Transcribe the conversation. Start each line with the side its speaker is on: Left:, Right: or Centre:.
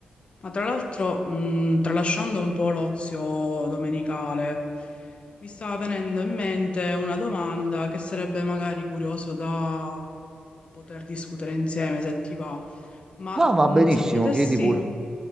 Left: Ma tra l'altro, mh, tralasciando un po' l'ozio domenicale, mi sta venendo in mente una domanda che sarebbe magari curioso da poter discutere insieme, se ti va. Ma
Right: Ah, va
Left: mh,
Right: benissimo,
Left: se potessi,
Right: chiedi pure.